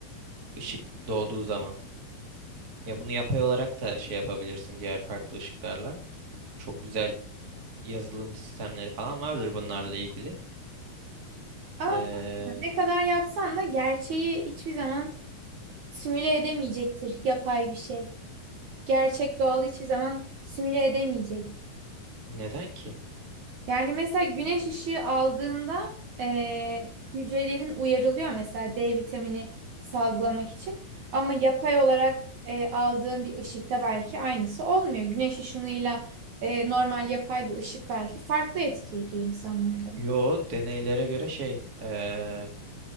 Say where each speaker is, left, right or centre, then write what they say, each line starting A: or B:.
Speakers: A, on the right; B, on the right.
A: Işık doğduğu zaman. Ya bunu yapay olarak da şey yapabilirsin diğer farklı ışıklarla. Çok güzel yazılım sistemleri falan vardır bunlarla ilgili.
B: Ama
A: Ee,
B: tamam, ne kadar yapsan da gerçeği hiçbir zaman simüle edemeyecektir yapay bir şey. Gerçek doğal hiçbir zaman simüle edemeyecektir.
A: neden ki?
B: Yani mesela güneş ışığı aldığında eee, hücrelerin uyarılıyor mesela D vitamini salgılamak için. Ama yapay olarak eee, aldığın bir ışıkta belki aynısı olmuyor. Güneş ışınıyla eee, normal yapay bir ışık belki farklı etki ediyor insanlarda.
A: Yo, deneylere göre şey, ee,